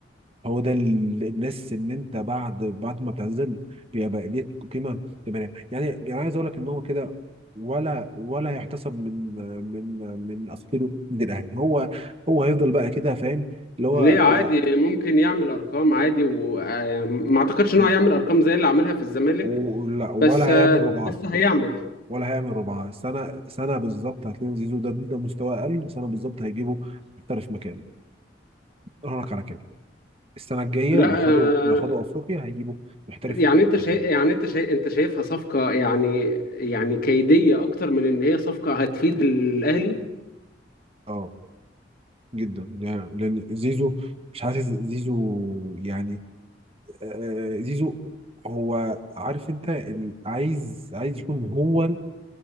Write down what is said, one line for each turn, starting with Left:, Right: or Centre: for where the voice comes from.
Right: هو ده ال- الناس ان انت بعد بعد ما بتعتزل بيبقى ليك قيمه تبقى يعني يعني عايز اقول لك ان هو كده ولا ولا يحتسب من من من اساطيره من الاهلي هو هو هيفضل بقى كده فاهم اللي هو
Left: ليه
Right: آه،
Left: عادي ممكن يعمل ارقام عادي وما اعتقدش
Right: يعني
Left: ان هو هيعمل ارقام زي اللي عملها في الزمالك
Right: و- ولا ولا
Left: بس آه،
Right: هيعمل ربعها
Left: بس هيعمل
Right: ولا هيعمل ربعها سنه سنه بالظبط هتلاقي زيزو ده ده مستوى اقل سنه بالظبط هيجيبه محترف مكانه اقول لك على كده السنه الجايه
Left: لا
Right: لو خدوا
Left: آه،
Right: لو خدوا افريقيا هيجيبوا محترف
Left: يعني انت
Right: مكانه
Left: شايف يعني انت شايف انت شايفها صفقة يعني يعني كيدية اكتر من ان هي صفقة هتفيد الاهلي
Right: اه جدا يعني لان زيزو مش حاسس زيزو يعني آه، زيزو هو عارف انت ال- عايز عايز يكون هو ال-